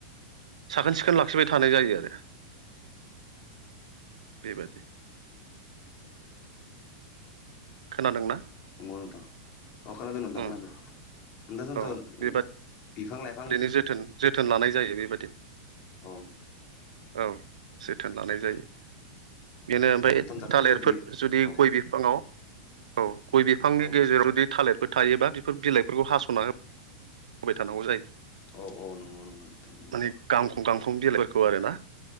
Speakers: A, on the right; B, on the left.
A: साखोन सिखोन लाखिबाय थानाय जायो आरो बेबायादि खोनादोंना?
B: नंगौ नोंथां अ खोनादों नोंथां
A: उम
B: खोनादों नोंथांथ'
A: औ बेबायदि
B: बिफां लाइ
A: ओरैनो जोथोन जोथोन लानाय जायो बेबायादिनो
B: औ
A: औ जोथोन लानाय जायो बेनो ओमफ्राय
B: नोंथां दाथ'
A: थालिरफोर
B: जोंथ' बे
A: जुदि
B: औ
A: गय बि फाङाव औ गय बिफांनि
B: औ
A: गेजेरा जुदि थालिर फोर थायोबा बेफोर बिलाइफोरखौ हासना होबाय थानांगौ जायो
B: औ औ नंगौ नंगौ नोंथां नंगौ
A: माने गांखं गांखं बिलाइफोरखौ आरो ना